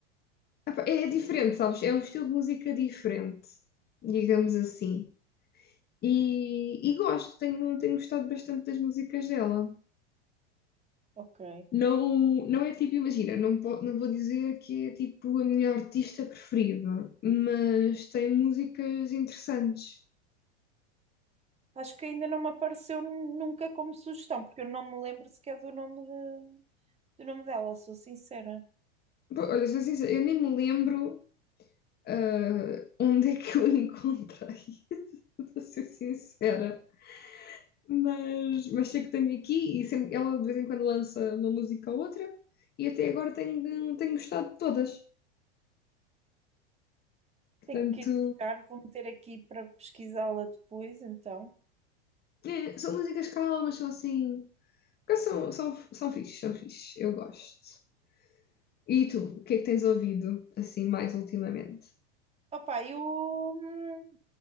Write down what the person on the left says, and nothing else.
epá, é é diferente, sabes? É um estilo de música diferente, digamos assim. E, e gosto, tenho, tenho gostado bastante das músicas dela.
Não, não é tipo, imagina, não, po- não vou dizer que é tipo a minha artista preferida, mas tem músicas interessantes.
Pô, Olha, sou sincera, eu nem me lembro ah, onde é que eu <laughs> encontrei, <laughs> vou ser sincera. mas, mas sei que tenho aqui e sempre- ela de vez em quando lança uma música ou outra e até agora tenho, tenho gostado de todas. Portanto,
é, são músicas calmas, são assim. porque São, são, são fixe, são fixe, eu gosto. E tu, o que é que tens ouvido assim mais ultimamente?